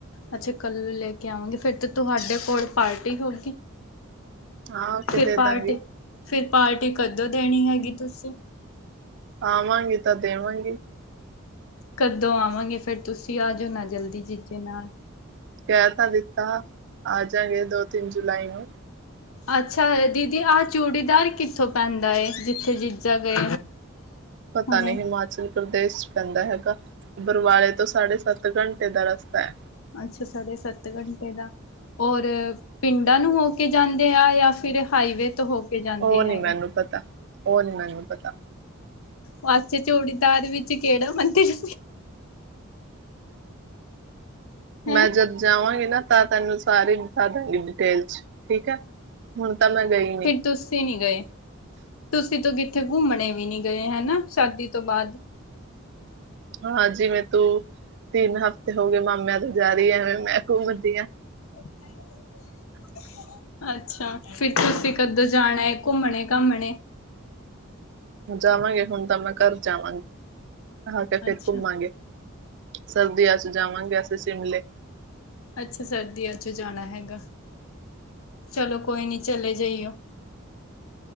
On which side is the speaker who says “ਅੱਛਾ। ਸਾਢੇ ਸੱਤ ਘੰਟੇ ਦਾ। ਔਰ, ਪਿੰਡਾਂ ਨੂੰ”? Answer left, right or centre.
Left